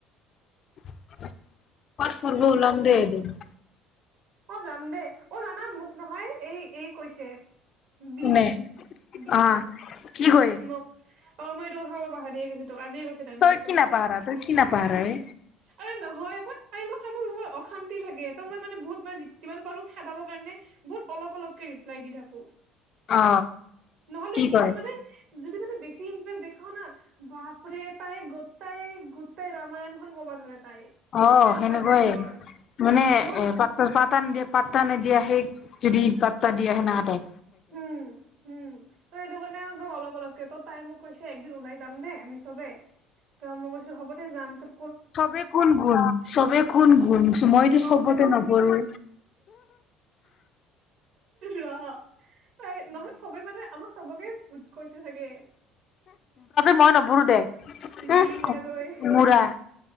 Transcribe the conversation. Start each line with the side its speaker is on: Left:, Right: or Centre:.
Left: <unintelligible> কৰবাত ফুৰব
Right: ধেত
Left: ওলাম
Right: তেৰি
Left: দে এদিন।
Right: অ যাম দে অ জানা মোক নহয় এই এই কৈছে। বি
Left: নে
Right: বি বি
Left: অ কি কয়
Right: মোক অ মই যও বাহে কেইজনী তোক আজিয় কৈছে তাই মোক
Left: তই
Right: সেইটো
Left: কি
Right: কথা
Left: নাপাহৰা তই কি নাপাহৰা এ
Right: অ নহয় মই মোৰ মত অশান্তি লাগে ত মই মে বহুত ম যিমান পাৰো খেদাব কাৰণে বহুত অলপ অলপকে ৰিপ্লাই দি থাকো
Left: অ
Right: নহলে
Left: কি কয়
Right: ই মানে যদি মানে বেছি ইন্টাৰেষ্ট দেখাও না বাপৰে তাই গোটাই গোটাই ৰামায়ন খন ক'ব ধৰে তাই
Left: অ
Right: সেনকা
Left: সেনেকুৱাইে
Right: টাইপৰ
Left: মানে
Right: মোৰ
Left: এ পাত পাত অ নিদিয়ে পাতা নিদিয়াহে যদি পাত্তা দিয় আহে না তাই
Right: উম উম ত সেইটো কাৰণে একদম অলপ অলপকে ত তাই মোক কৈছে একদিন ওলাই যাম দে আমি চবে ত মই কৈছো হ'ব দে যাম চব
Left: চবে কোন গুণ চবে কোন গুণ মইতো
Right: অ',
Left: চবতে
Right: সেইটো মই
Left: নপঢ়ো
Right: ল হ। তাই নহয় চবে মানে আমাক চবকে উৎকচ ছাগে
Left: মই নবুৰো দে মৰা।
Right: বি আৰু এই